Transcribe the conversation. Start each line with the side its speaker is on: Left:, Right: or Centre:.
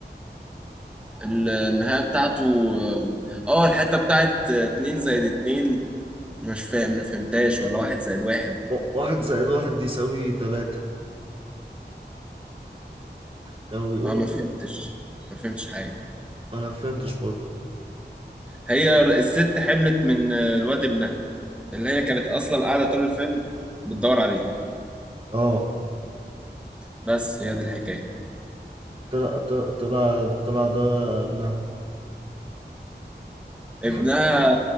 Centre: ال- النهاية بتاعته اه الحتة بتاعت اتنين زائد اتنين مش فاهم ما فهمتهاش ولا واحد زائد واحد
Right: و- واحد زائد واحد يساوي تلاتة كانوا بيقولوا
Centre: اه ما فهمتش
Right: كده
Centre: ما فهمتش حاجة
Right: انا ما فهمتش برضه
Centre: هي الست حملت من الواد ابنها اللي هي كانت اصلا قاعدة طول الفيلم بتدور عليه
Right: اه
Centre: بس هي دي الحكاية
Right: طلع طلع طلع طلع ده ابنها
Centre: ابنها
Right: حبيت